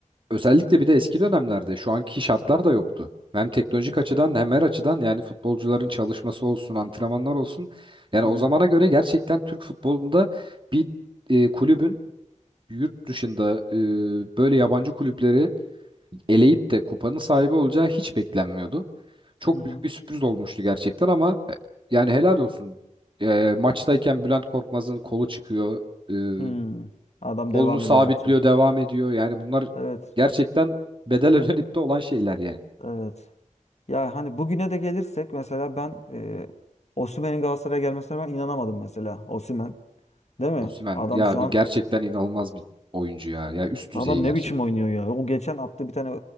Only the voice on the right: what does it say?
Özellikle bir de eski dönemlerde şu anki şartlar da yoktu. Hem teknolojik açıdan hem her açıdan yani futbolcuların çalışması olsun, antrenmanlar olsun. Yani
o
zamana göre gerçekten Türk futbolunda bir e, kulübün yurt dışında e, böyle yabancı kulüpleri eleyip de kupanın sahibi olacağı hiç beklenmiyordu. Çok
büyük bir sürpriz olmuştu gerçekten ama e, yani helal olsun. E, maçtayken Bülent Korkmaz'ın kolu çıkıyor.
E,
Kolunu
sabitliyor,
devam ediyor. Yani bunlar
gerçekten bedel ödenip <laughs> de olan şeyler yani.
Osimhen
ya
bir
gerçekten inanılmaz bir oyuncu ya. Ya üst
düzey gerçek.